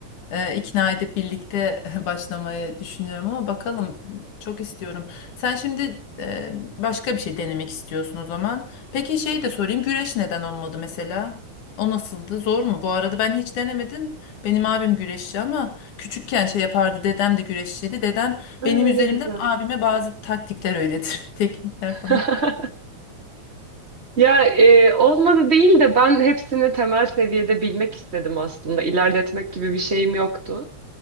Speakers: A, on the left; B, on the right.
A: e, ikna edip birlikte <laughs> başlamayı düşünüyorum ama bakalım çok istiyorum. Sen şimdi e, başka bir şey denemek istiyorsun o zaman. Peki şeyi de sorayım güreş neden olmadı mesela? O nasıldı? Zor mu? Bu arada ben hiç denemedim. Benim abim güreşçi ama küçükken şey yapardı. Dedem de güreşçiydi. Dedem
B: Aa,
A: benim üzerimden
B: ne güzel.
A: abime bazı taktikler öyledir. <laughs> Teknikler falan.
B: <laughs> Ya e, olmadı değil de ben hepsini temel seviyede bilmek istedim aslında. İlerletmek gibi bir şeyim yoktu.